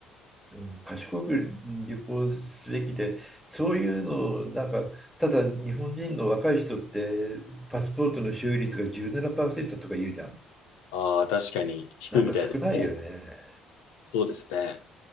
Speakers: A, in the centre; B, on the left (about 80°).
A: うん賢く旅行すべきで、そういうのをなんか、ただ日本人の若い人って、パスポートの所有率が17%とか言うじゃん。
B: 々。ああ、確かに低いみたいですね。
A: なんか少ないよね。
B: そうですね。